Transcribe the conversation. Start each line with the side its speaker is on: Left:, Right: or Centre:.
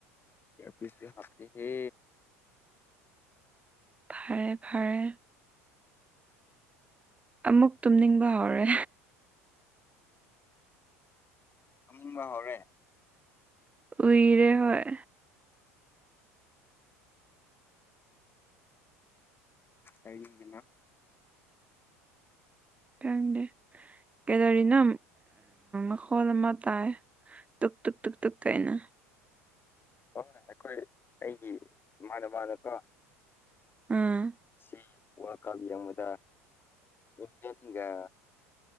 Left: ꯢꯌꯔꯄꯤꯁ ꯇꯤ ꯍꯥꯞꯇꯦꯍꯦ
Right: ꯐꯔꯦ ꯐꯔꯦ ꯑꯃꯨꯛ ꯇꯨꯝꯅꯤꯡꯕ ꯍꯧꯔꯦ
Left: ꯇꯨꯝꯅꯤꯡꯕ ꯍꯧꯔꯦ
Right: ꯎꯏꯔꯦ ꯍꯣꯏ
Left: ꯀꯔꯤꯚꯤꯟ
Right: ꯀꯗꯦ ꯀꯦꯗꯧꯔꯤꯅ ꯑ ꯍꯣꯜ ꯑꯃ ꯇꯥꯏ ꯇꯗꯨꯨꯛ ꯇꯨꯛ ꯇꯨꯛ ꯇꯨꯛ ꯀꯩꯅ
Left: ꯍꯣꯏꯣꯏ ꯑꯩꯈꯣꯏ ꯑꯩꯒꯤ ꯏꯃꯥꯟꯅꯕꯗꯀꯣ
Right: ꯑꯝ
Left: ꯑꯁꯤ ꯋꯥꯈꯜ ꯌꯦꯡꯕꯗ ꯏꯪꯂꯪꯂꯦꯟꯒ